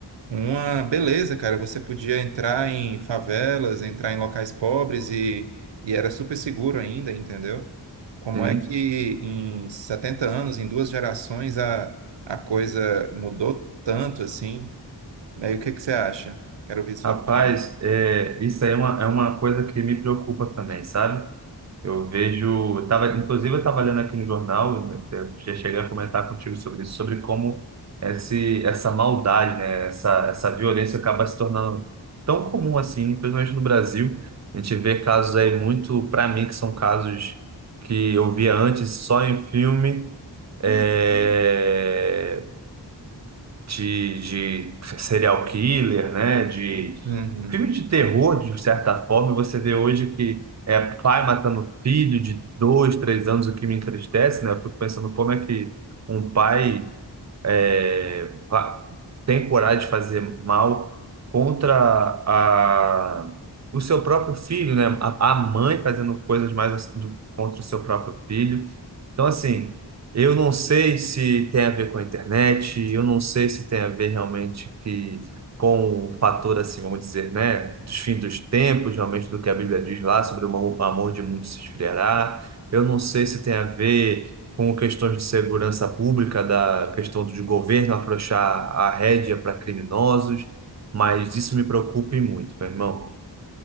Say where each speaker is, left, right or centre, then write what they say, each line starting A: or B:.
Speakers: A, on the right; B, on the right.
A: uma beleza, cara. Você podia entrar em favelas, entrar em locais pobres e, e era super seguro ainda, entendeu? Como
B: sim.
A: é que em 70 anos, em duas gerações, a, a coisa mudou tanto assim? Aí o que que você acha? Quero ouvir sua
B: Rapaz,
A: opinião.
B: é, isso aí é uma, é uma coisa que me preocupa também, sabe? Eu vejo, eu tava, inclusive eu estava olhando aqui no jornal, né, até já cheguei a comentar contigo sobre isso, sobre como esse, essa maldade, né, essa, essa violência acaba se tornando tão comum assim, principalmente no Brasil. A gente vê casos aí muito, para mim, que são casos que eu via antes só em filme, é, de, de serial killer, né, de
A: Uhum.
B: Filme de terror, de certa forma, você vê hoje que é pai matando filho de dois, três anos, o que me entristece, né? Eu fico pensando como é que um pai é, va- tem coragem de fazer mal contra a, o seu próprio filho, né? A, a mãe fazendo coisas mais assim, do- contra o seu próprio filho. Então, assim, eu não sei se tem a ver com a internet, eu não sei se tem a ver realmente que com o fator, assim, vamos dizer, né, dos fins dos tempos, realmente do que a Bíblia diz lá sobre o amor de muitos se esfriará. Eu não sei se tem a ver com questões de segurança pública, da questão do governo afrouxar a rédea para criminosos, mas isso me preocupa e muito, meu irmão.